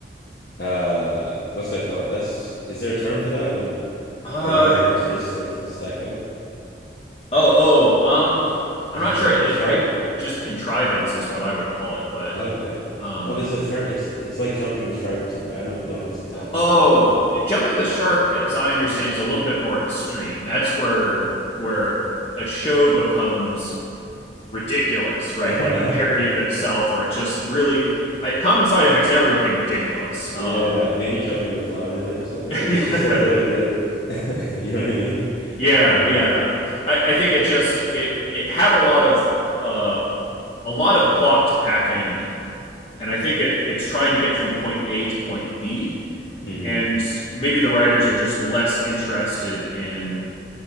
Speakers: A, on the left; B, on the left.
A: Uh, what's that called? That's is there a term for that when
B: Uh
A: a lot of coincidences start to stack up?
B: oh oh um I'm
A: Is
B: not
A: it jumping
B: sure. It,
A: the shark?
B: I just contrivance is what I would call it, but
A: Okay.
B: um
A: No, there's a term. It's it's like jumping the shark or something. I don't know if it's exactly
B: oh
A: that, but
B: jumping the shark, as I understand, is a little bit more extreme. That's where where a show becomes ridiculous, right?
A: <laughs>
B: Like a parody of itself, or it just really. I, common side effects never became ridiculous.
A: yeah,
B: Um,
A: maybe jumping the flounder then or something.
B: <laughs>
A: Like it's just a little bit, <laughs> you know what I mean?
B: yeah,
A: But uh,
B: yeah. I, I think it just it it had a lot of uh, a lot of plot to pack in, and I think it it's trying to get from point A to point B,
A: mhm.
B: and maybe the writers are just less interested in